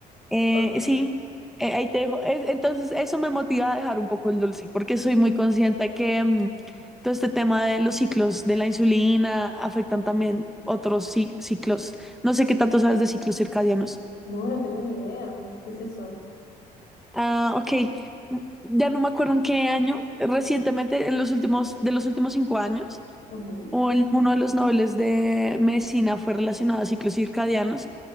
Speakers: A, in the centre; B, on the left (about 75°).
A: Eh,
B: Ok.
A: sí, eh, ahí te dejo. Es- entonces, eso me motiva a dejar un poco el dulce, porque soy muy consciente que mm, todo este tema de los ciclos de la insulina afectan también otros ci- ciclos. No sé qué tanto sabes de ciclos circadianos.
B: No, no tengo ni idea. ¿Qué es eso?
A: Ah, ok. M- Ya no me acuerdo en qué año, recientemente, en los últimos, de los últimos cinco años,
B: Ujú.
A: o en uno de los nobles de medicina fue relacionado a ciclos circadianos,